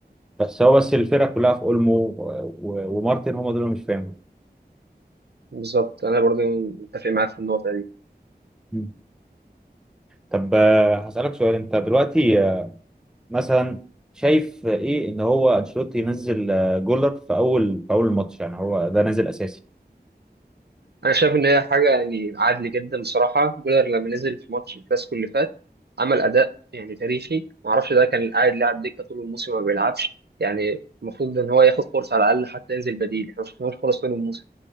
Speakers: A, in the centre; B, on the right.
A: بس هو بس الفرقة كلها في اولمو و- ومارتن هم دول اللي مش فاهمهم
B: بالظبط انا برضه متفق معاك في النقطه دي
A: مم. طب آه، هسألك سؤال انت دلوقتي آه، مثلا شايف آه، ايه ان هو انشيلوتي ينزل آه، جولر في اول في اول الماتش يعني هو ده نازل اساسي
B: انا شايف ان هي حاجه يعني عادل جدا بصراحه جولر لما نزل في ماتش الكلاسيكو اللي فات عمل اداء يعني تاريخي ما اعرفش ده كان قاعد لاعب دكه طول الموسم ما بيلعبش يعني المفروض ان هو ياخد فرصه على الاقل حتى ينزل بديل احنا ما شفناهوش خالص طول الموسم